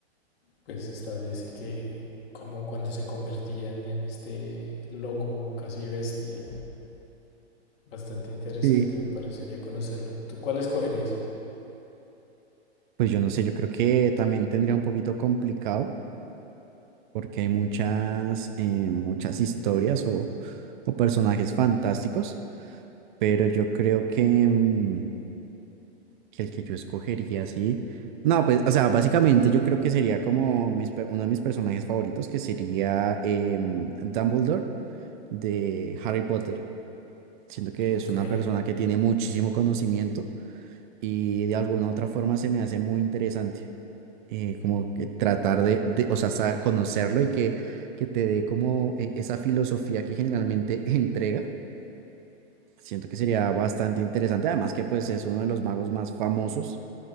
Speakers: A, on the left (about 60°); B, on the right (about 45°).
A: pues establece que como cuando se convertían en este loco casi bestia Bastante interesante,
B: Sí.
A: me parecería conocerlo. ¿Tú cuál escogerías?
B: Pues yo no sé, yo creo que también tendría un poquito complicado porque hay muchas, eh, muchas historias o, o personajes fantásticos, pero yo creo que, mm, que el que yo escogería, sí. No, pues, o sea, básicamente yo creo que sería como mis per- uno de mis personajes favoritos, que sería em, Dumbledore de Harry Potter. Siento que
A: Ok,
B: es una persona que tiene muchísimo conocimiento y de alguna u otra forma se me hace muy interesante. eh, como que tratar de, de, o sea, sa- conocerlo y que, que te dé como eh, esa filosofía que generalmente <laughs> entrega. Siento que sería bastante interesante, además que pues es uno de los magos más famosos